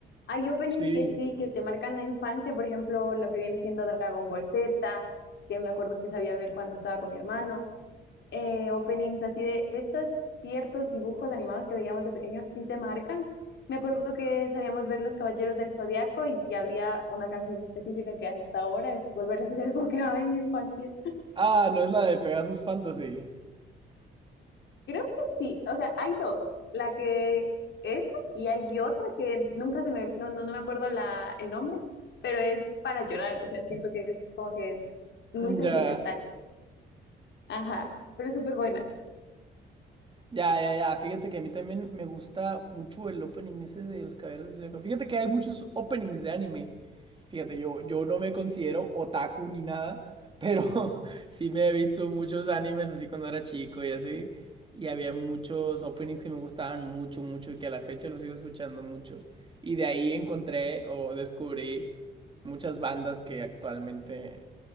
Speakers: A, on the left; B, on the right.
A: Hay openings
B: Sí.
A: que sí, que te marcan la infancia, por ejemplo, lo que viene siendo Dragon Ball Z, que me acuerdo que sabía ver cuando estaba con mi hermano. Eh, openings así de, de estos ciertos dibujos animados que veíamos de pequeños, sí te marcan. Me acuerdo que sabíamos ver Los Caballeros del Zodiaco y había una canción específica que hasta ahora es volverla a escuchar, es como que, ay, mi infancia.
B: Ah, no es la de Pegasus Fantasy.
A: Creo que sí, o sea, hay dos, la que es y hay otra que nunca se me, no, no, no me acuerdo la, el nombre, pero es para llorar, o sea, siento que es como que muy
B: Mm,
A: sentimental,
B: Ya.
A: ajá, pero es súper buena.
B: Ya, ya, ya. Fíjate que a mí también me gusta mucho el opening ese de Los Caballeros del Zodiaco. Fíjate que hay muchos openings de anime. Fíjate, yo, yo no me considero otaku ni nada, pero <laughs> sí me he visto muchos animes así cuando era chico y así. Y había muchos openings que me gustaban mucho, mucho y que a la fecha los sigo escuchando mucho. Y de ahí encontré o descubrí muchas bandas que actualmente